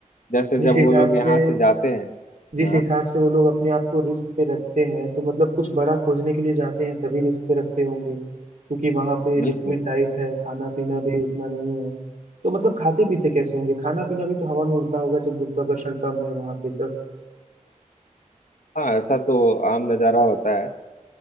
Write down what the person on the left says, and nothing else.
जैसे
जब
वो लोग
यहाँ से जाते हैं
हाँ
बिल्कुल
हाँ ऐसा तो आम नज़ारा होता है